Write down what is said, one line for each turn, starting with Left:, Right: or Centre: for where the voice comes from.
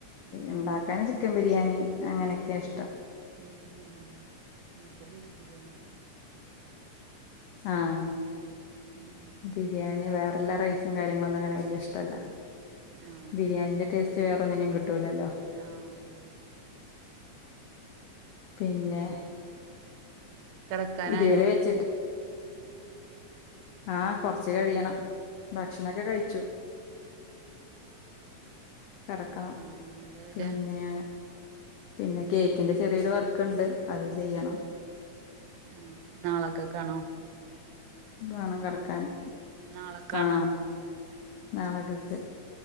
Right: ആഹ്
Left: ഇണ്ടാക്കാൻ ചിക്കൻ ബിരിയാണി അങ്ങനെക്കെ ഇഷ്ടം
Right: ഉം ഉം ഇൻക്ക് ബീഫ്‌ ബിരിയാണിയാ ഇഷ്
Left: ആഹ്
Right: ഉം ഉം
Left: ബിരിയാണി വേറെല്ല റൈസും കാര്യങ്ങളൊന്നും അങ്ങനെ വെല്യേ ഇഷ്ട്ടല്ല
Right: ആഹ്
Left: ബിരിയാണിന്റെ ടേസ്റ്റ് വെറെന്നിനും കിട്ടൂല്ലല്ലോ
Right: ആഹ് അതെ അതെ
Left: പിന്നെ
Right: ഇന്നട്ട് കേടക്കാനായോ?
Left: ഇതുവരെ വെച്ചിട്ട് ആഹ് കൊറച്ച് കഴിയണം ഭക്ഷണം ഒക്കെ കഴിച്ചു കെടക്കണം
Right: ആഹ് ആഹ് എന്താ കഴിച്ചേ
Left: പിന്നെ പിന്നെ കേക്കിന്റെ ചെറിയൊരു വർക്ക് ഇണ്ട് അത് ചെയ്യണം
Right: ആഹ് നാളക്കക്കാണോ?
Left: ബാണം കെടക്കാന്
Right: നാളെക്കാണോ
Left: ആഹ് നാളെ കക്ക്